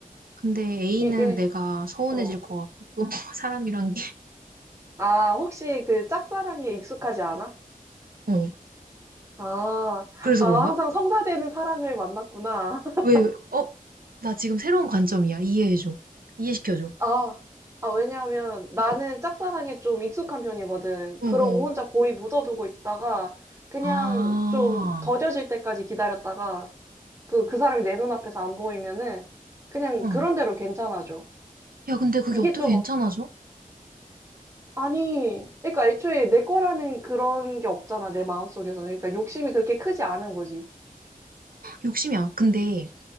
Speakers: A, on the right; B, on the right.
A: 근데 A는
B: 이게,
A: 내가 서운해질
B: 어.
A: 것 같고 또 <laughs> 사람이란 게
B: 아, 혹시 그 짝사랑에 익숙하지 않아?
A: 어.
B: 아,
A: 그래서
B: 아,
A: 그런 거야?
B: 항상 성사되는 사랑을 만났구나. <laughs>
A: 왜, 왜? 어? 나 지금 새로운 관점이야. 이해해줘. 이해시켜줘.
B: 아, 아, 왜냐하면 나는
A: 어,
B: 짝사랑에 좀 익숙한 편이거든.
A: 어,
B: 그러고
A: 어.
B: 혼자 고이 묻어두고 있다가 그냥
A: 아,
B: 좀 더뎌질 때까지 기다렸다가 그, 그 사람이 내 눈앞에서 안 보이면은 그냥
A: 응.
B: 그런 대로 괜찮아져.
A: 야, 근데 그게
B: 이게
A: 어떻게
B: 좀
A: 괜찮아져?
B: 아니, 그러니까 애초에 내 거라는 그런 게 없잖아, 내 마음속에서는. 그러니까 욕심이 그렇게 크지 않은 거지.
A: 욕심이 안, 근데